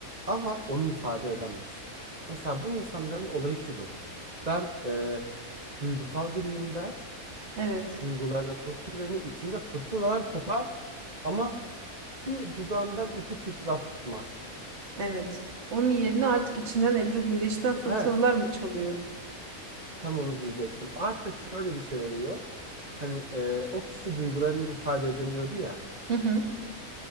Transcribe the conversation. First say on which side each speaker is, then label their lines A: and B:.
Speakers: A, on the right; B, on the right.
A: Ama onu ifade edemez. Mesela bu insanların olayı şudur. Ben e, duygusal biriyim der.
B: Evet,
A: Duygularına çok güvenir. içinde fırtınalar kopar. Ama bir dudağından iki çift laf çıkmaz.
B: evet. Onun yerine artık içinden Ebru Gündeş'ten fırtınalar
A: He,
B: mı çalıyor?
A: tam onu diyecektim. Artık şöyle bir şey oluyor. Hani e, o kişi duygularını ifade edemiyordu ya.
B: Hı hı.